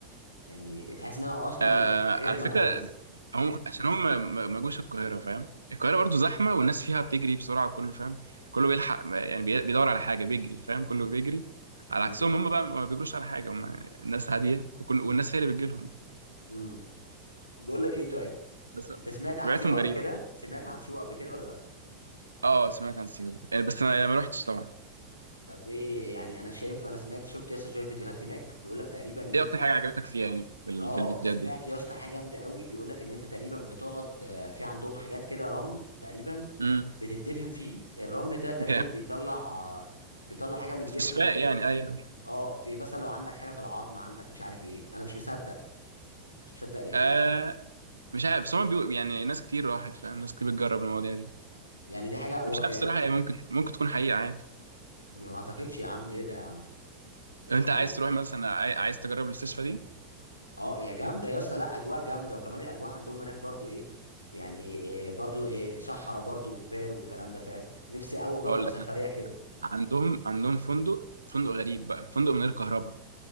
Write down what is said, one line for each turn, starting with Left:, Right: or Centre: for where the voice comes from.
Left: يعني تحس انها اصلا
Right: آه
Left: ب- غيرنا
Right: على فكرة
Left: خالص
Right: هم عشان هم ما ما- ما جوش القاهرة فاهم القاهرة برضو زحمة والناس فيها بتجري بسرعة وكله فاهم كله بيلحق يعني بي- بيدور على حاجة بيجري فاهم كله بيجري على
Left: امم
Right: عكسهم هم بقى ما بيجروش على حاجة هم ناس هادية وكل والناس هي اللي بتجيلهم يعني
Left: امم بقول لك ايه طيب
Right: بس
Left: انت سمعت عن
Right: طبيعتهم
Left: سيوه قبل
Right: غريبة
Left: كده
Right: فاهم
Left: سمعت عن سيوه قبل كده ولا لا
Right: اه سمعت عن سيوة يعني بس ما ما رحتش طبعا
Left: طب ايه يعني انا شايف انا سمعت شفت يا اسطى شويه فيديوهات هناك بيقول لك تقريبا ان انت
Right: ايه أكتر حاجة عجبتك فيها يعني في, ال...
Left: اه
Right: في الفيديوهات
Left: سمعت
Right: دي
Left: يا اسطى حاجه جامده قوي بيقول لك ان انت تقريبا بتقعد آه، في عندهم حاجات كده رمل تقريبا
Right: امم
Left: بتدفن فيه الرمل ده تقريبا
Right: جامد.
Left: بيطلع آه، بيطلع حاجه من
Right: استشفاء
Left: جسمك كده
Right: يعني ايوه
Left: اه بي- مثلا لو عندك حاجه في العظم عندك مش عارف ايه انا مش مصدق مش مصدق يعني
Right: آه مش عارف بس هم بيقول يعني ناس كتير راحت فاهم ناس كتير بتجرب المواضيع دي
Left: يعني دي حاجه و...
Right: مش
Left: يا-
Right: عارف الصراحة هي ممكن ممكن تكون حقيقة عادي
Left: ما اعتقدش يا عم ايه ده يا عم
Right: لو انت
Left: يعني
Right: عايز تروح مثلا عاي- عايز تجرب المستشفى دي
Left: اه يا جامده يا اسطى لا اجواء جامده وكمان الاجواء عندهم هناك برضو ايه يعني إيه برضو إيه صحراء برضو وجبال والكلام ده فاهم نفسي قوي اجرب
Right: هقول
Left: سفريه
Right: لك انا
Left: كده
Right: عندهم عندهم فندق فندق غريب بقى فندق من غير كهرباء